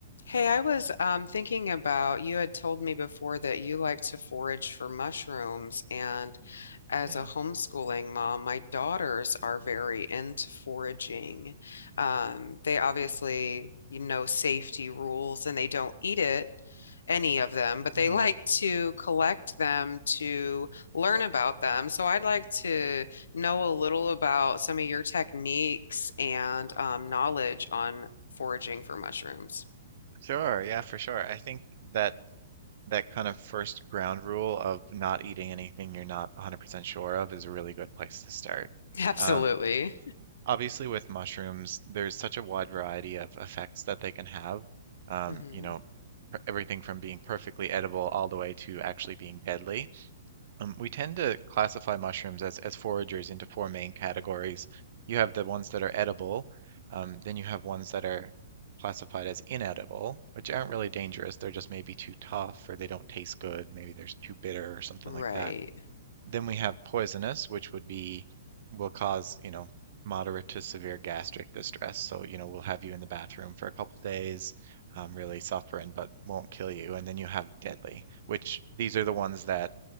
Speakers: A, on the left; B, on the right.
A: Hey, I was um, thinking about you had told me before that you like to forage for mushrooms, and as
B: Yeah.
A: a homeschooling mom, my daughters are very into foraging. Um, they obviously, you know, safety rules, and they don't eat it, any of them, but they
B: hmm
A: <laughs> like to collect them to learn about them. So I'd like to know a little about some of your techniques and um, knowledge on foraging for mushrooms.
B: Sure. Yeah, for sure. I think that that kind of first ground rule of not eating anything you're not 100% sure of is a really good place to start.
A: Absolutely.
B: Um, obviously, with mushrooms, there's such a wide variety of effects that they can have. Um,
A: hmm
B: you know, per- everything from being perfectly edible all the way to actually being deadly. Um, we tend to classify mushrooms as, as foragers into four main categories. You have the ones that are edible, um, then you have ones that are classified as inedible, which aren't really dangerous. They're just maybe too tough or they don't taste good. Maybe they're too bitter or something
A: Right.
B: like that. Then we have poisonous, which would be, will cause, you know, moderate to severe gastric distress. So, you know, we'll have you in the bathroom for a couple days, um, really suffering, but won't kill you. And then you have deadly, which these are the ones that